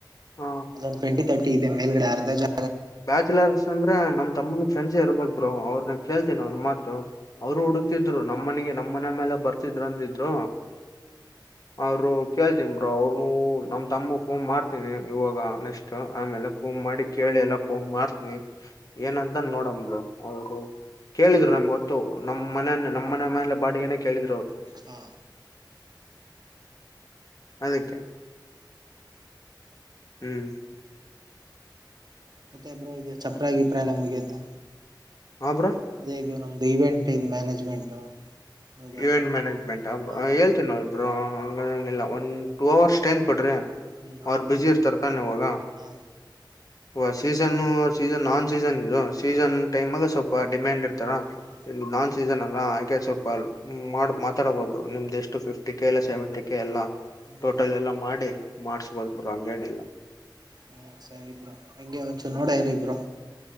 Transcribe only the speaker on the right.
ಅದೊಂದು ಟ್ವೆಂಟಿ ತರ್ಟಿ ಇದೆ ಮೇಲ್ಗಡೆ ಅರ್ಧ ಜ <inaudible>
ಹಾ
ಮತ್ತೆ ಬ್ರೋ ಇದದೆ ಚಪ್ರಾಗಿ ಗಿಪ್ರ ಎಲ್ಲ ಮುಗೀತಾ
ಅದೇ ಇದು ನಮ್ದು ಇವೆಂಟ್ ನ್ ಮ್ಯಾನೇಜ್ಮೆಂಟ್ ಹೌದಾ
ಹಾ
ಹ್ಮ್
ಹಾ
ಹ್ಮ್ ಹ್ಮ್
ಹ್ಮ್
ಹ್ಮ್ ಸರಿ ಬ್ರೋ ಅಂಗೆ ಒಂಚು ನೋಡ ಇರಿ ಬ್ರೋ